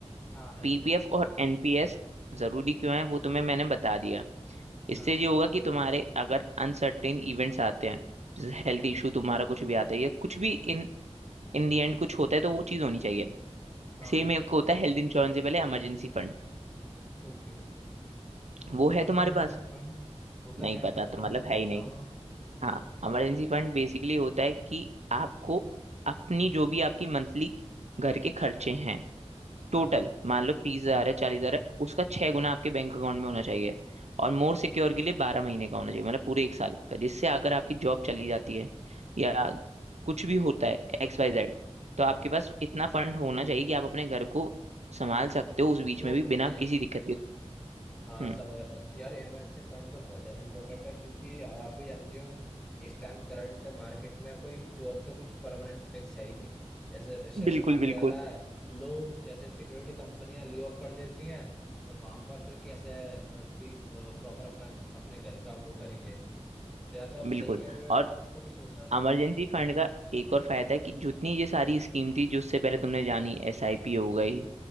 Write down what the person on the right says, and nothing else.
पीपीएफ
और
एनपीएस जरूरी क्यों है वो तुम्हें मैंने बता दिया इससे
ये होगा कि तुम्हारे अगर अनसर्टेन इवेंट्स आते हैं जैसे हेल्थ इशू तुम्हारा कुछ भी आता है या कुछ भी इन इन दी एंड कुछ होता है तो वो चीज़ होनी चाहिए
सेम
एक होता है हेल्थ इंश्योरेंस से पहले इमरजेंसी फंड
वो
है
तुम्हारे
पास
नहीं
पता
तो
मतलब
है
ही नहीं
हाँ इमरजेंसी फंड बेसिकली होता है कि आपको अपनी जो भी आपकी मंथली घर के खर्चे हैं
टोटल
मान लो तीस हजार
है चालीस हजार है उसका छह गुना आपके बैंक अकाउंट में होना चाहिए और मोर सिक्योर के लिए बारह महीने का होना चाहिए मतलब पूरे एक साल का जिससे अगर आपकी जॉब चली जाती है या कुछ भी होता है एक्स वाई जेड तो आपके पास इतना फंड होना चाहिए कि आप अपने घर को संभाल सकते हो उस बीच
में भी बिना किसी दिक्कत के
हम्म
बिल्कुल
बिल्कुल
बिल्कुल
और
इमरजेंसी
फंड का एक और फायदा है कि जितनी ये सारी स्कीम थी जिससे पहले तुमने जानी एसआईपी हो गई